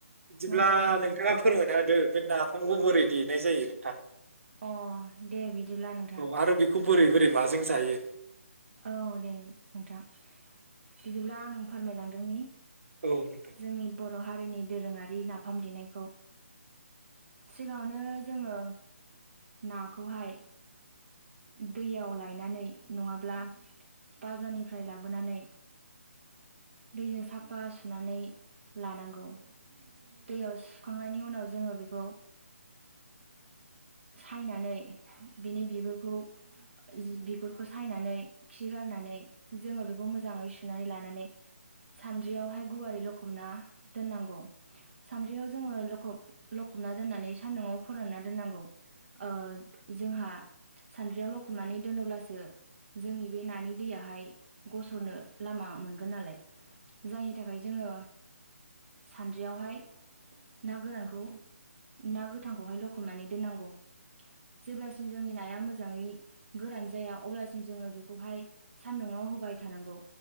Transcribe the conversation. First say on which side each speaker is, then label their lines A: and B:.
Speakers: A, on the right (about 60°); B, on the right (about 45°).
A: बिदिब्ला
B: नंगौ नंगौ
A: नोंथाङा फोरमाय होदो बे नाफामखौ बोरै देनाय जायो नोंथां?
B: अ दे बिदिब्ला नोंथां।
A: औ आरो बेखौ बोरै बोरै माजों जायो?
B: औ दे नोंथां बिदिब्ला आं फोरमायलांदोंनि।
A: औ नोंथां।
B: जोंनि बर' हारिनि दोरोङारि नाफाम देनायखौ सिगाङावनो जोङो नाखौहाय दैयाव लायनानै नङाब्ला बाजारनिफ्राय लाबोनानै दैजों साफा सुनानै लानांगौ। दैयाव सुखांनायनि उनाव जोङो बेखौ सायनानै बिनि बिगुरखौ जि बिगुरखौ सायनानै खि गारनानै जोङो बेखौ मोजाङै सुनानै लानानै। सानद्रियावहाय गुवारि लखबना दोननांगौ। सानद्रियाव जोङो लखब लखबना दोननानै सान्दुंआव फोरानना दोननांगौ। ओ जोंहा सान्द्रियाव लखबनानै दोनोब्लासो जोंनि बे नानि दैयाहाय गसरनो लामा मोनगोन नालाय। जायनि थाखाय जोङो सानद्रियावहाय ना गोरानखौ खौ ना गोथांखौहाय लखमनानै दोननांगौ। जेब्लासिम जोंनि नाया मोजाङै गोरान जाया अब्लासिम जोङो खौहाय सान्दुंङाव होबाय थानांगौ